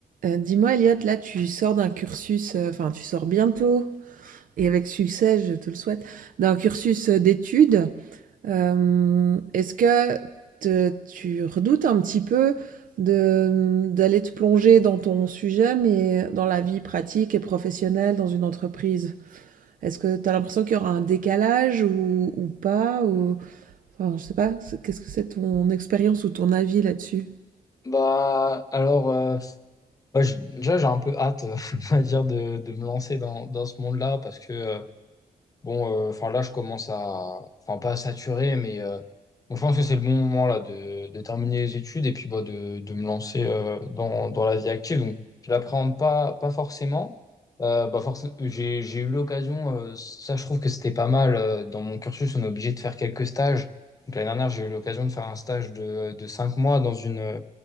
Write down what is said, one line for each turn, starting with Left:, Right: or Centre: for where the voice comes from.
Right: Euh, dis-moi, Elliot, là, tu sors d'un cursus, euh, enfin, tu sors bientôt, et avec succès, je te le souhaite, d'un cursus euh, d'études. Euh, est-ce que te- tu redoutes un petit peu de, d'aller te plonger dans ton sujet, mais dans la vie pratique et professionnelle, dans une entreprise? Est-ce que tu as l'impression qu'il y aura un décalage ou, ou pas, ou, enfin, je sais pas, c'est- qu'est-ce que c'est ton expérience ou ton avis là-dessus?
Left: Bah alors euh, bah, je- déjà j'ai un peu hâte euh, <laughs> on va dire de, de me lancer dans, dans ce monde-là parce que euh, Bon, euh, enfin là, je commence à, enfin pas à saturer, mais euh, bon, je pense que c'est le bon moment là de, de terminer les études et puis bah, de, de me lancer euh, dans, dans la vie active. Donc, je l'appréhende pas, pas forcément. Euh, bah, forc- j'ai, j'ai eu l'occasion, euh, ça je trouve que c'était pas mal. euh, dans mon cursus, on est obligé de faire quelques stages. Donc l'année dernière, j'ai eu l'occasion de faire un stage de, de cinq mois dans une,